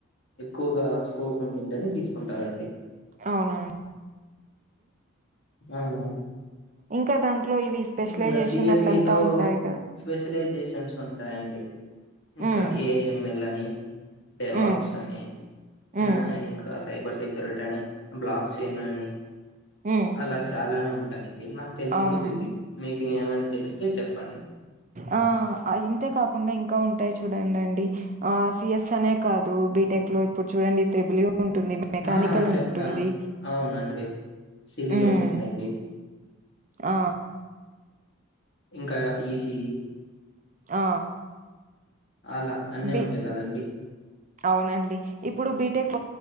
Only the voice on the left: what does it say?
ఎక్కువగా స్కోప్ ఉండిద్దని తీసుకుంటారండి.
ఆ
ఇంకా సిఎస్ఈ
లో
స్పెషలైజేషన్స్ ఉంటాయండి ఇంకా
ఏఎంఎల్ అని డే
ఆప్స్ అని
ఆ ఇంకా సైబర్ సెక్యూరిటీ అని బ్లాక్ చేయ అని
అలా చాలానే ఉంట ఇవి నాకు తెలిసినవిది
మీకు ఏమైనా తెలిస్తే చెప్పండి
ఆ చెప్తాను
అవునండి సివిల్
ఉన్నంటండి
ఇంకా ఈసీ
అలా అన్నీ
ఉంటాయి కదండి